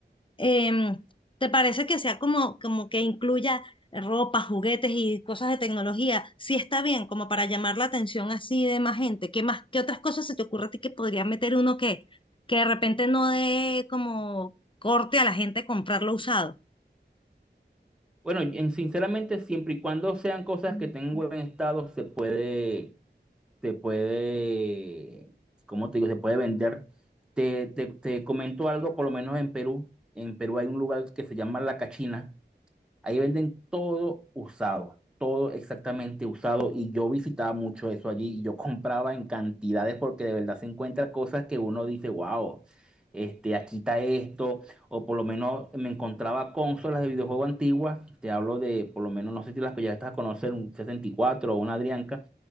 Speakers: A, on the left (about 30°); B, in the centre.
A: em, ¿te parece que sea como, como que incluya ropa, juguetes y cosas de tecnología? Sí está bien, como para llamar la atención así de más gente. ¿Qué más, qué otras cosas se te ocurre a ti que podría meter uno que, que de repente no dé como corte a la gente comprarlo usado?
B: Bueno, en- sinceramente, siempre y cuando sean cosas que tengan buen estado, se puede, se puede, ¿cómo te digo? Se puede vender. Te, te, te comento algo, por lo menos en Perú. En Perú hay un lugar que se llama La Cachina. Ahí venden todo usado, todo exactamente usado. Y yo visitaba mucho eso allí y yo <laughs> compraba en cantidades porque de verdad se encuentra cosas que uno dice, wow, este, aquí está esto. O por lo menos me encontraba consolas de videojuego antiguas. Te hablo de, por lo menos, no sé si las que ya estás a conocer, un 64 o una Adrianca.